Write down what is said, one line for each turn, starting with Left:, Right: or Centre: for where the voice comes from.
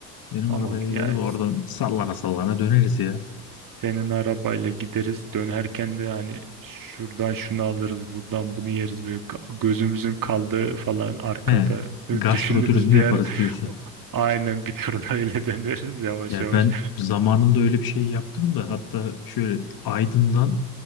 Left: Benim
Right: Tamam
Left: arabaya
Right: yani
Left: gideriz oradan sallana sallana döneriz ya.
Right: Senin arabayla gideriz. Dönerken de yani şuradan şunu alırız, buradan bunu yeriz. Böyle ka- gözümüzün kaldığı falan arkada.
Left: He,
Right: Biz
Left: gastro
Right: Düşündüğümüz
Left: turizmi
Right: bir
Left: yaparız
Right: yer
Left: diyorsun.
Right: aynen bir turda öyle <laughs> döneriz yavaş
Left: Ya
Right: yavaş.
Left: ben zamanında öyle bir şey yaptım da hatta şöyle Aydın'dan